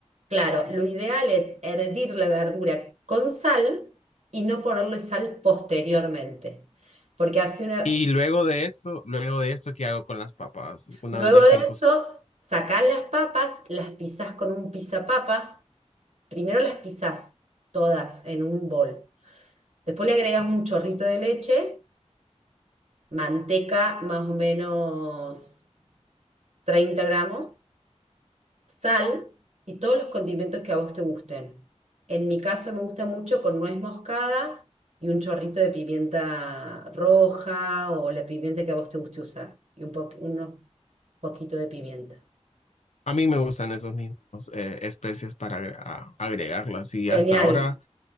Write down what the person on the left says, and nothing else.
Y luego de esto, luego de esto, ¿qué hago con las papas? Una
vez ya estén
cocidas.
A mí me gustan esos mismos eh, especias para agre- a- agregarlas y
hasta ahora